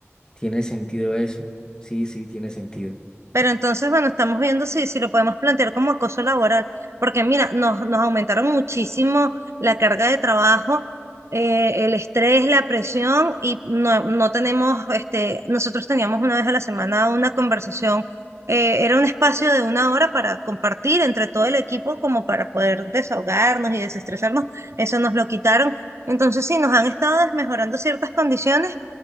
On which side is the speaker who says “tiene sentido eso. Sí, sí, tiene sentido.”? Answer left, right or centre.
Left